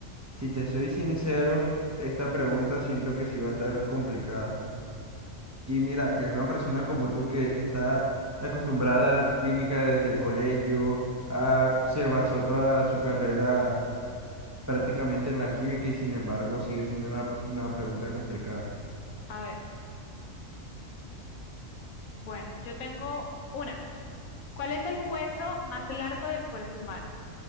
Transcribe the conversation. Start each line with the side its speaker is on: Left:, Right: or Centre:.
Right: Si te soy sincero, esta pregunta siento que sí va a estar complicada. Y mira, que una persona como tú que está acostumbrada a dar química desde el colegio, ah, se basó toda su carrera prácticamente en la química y sin embargo sigue siendo una, una pregunta complicada.
Left: A ver, bueno, yo tengo una. ¿Cuál es el hueso más largo del cuerpo humano?